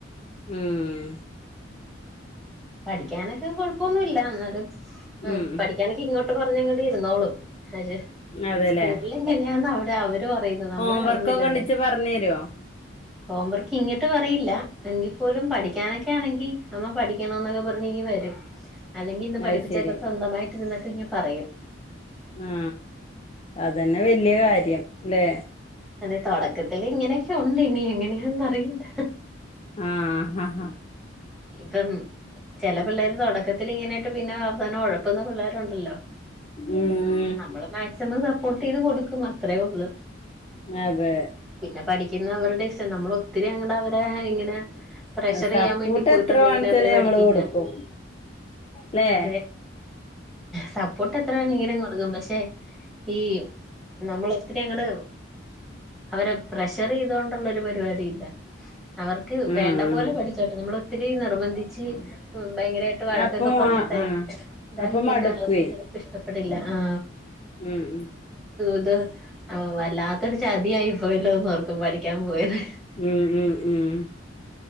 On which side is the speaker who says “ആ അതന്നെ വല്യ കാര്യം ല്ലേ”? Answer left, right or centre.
Left